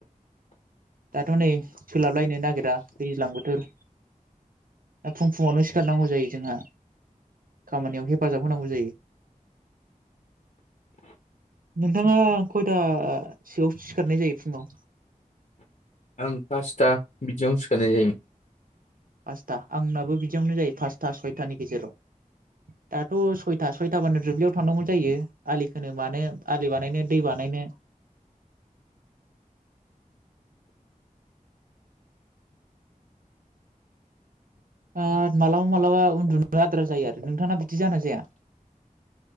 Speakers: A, on the right (about 75°); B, on the left (about 60°).
A: दाथ नै सोलाबलायनो नागिरा दैज्लां बोथोर फुं फुङावनो सिखारनांगौ जायो जोंहा खामानियाव हेफाजाब होनांगौ जायो। नोंथाङा खयथा सोआव सिखारनाय जायो फुङाव?
B: आं पासथा बिदियावनो सिखारनाय जायो।
A: पासथा आंनाबो बिदियावनो जायो पासथा सयथानि गेजेराव। दाथ सयथा सयथ <unintelligible> थाबानो दुब्लियाव थांनांगौ जायो आलिखनो मानो। आलि बानायनो दै बानायनो। ओ मालाबा मालाबा उन्दुनो आद्रा जायो आरो नोंथाङा बिदि जानाय जाया?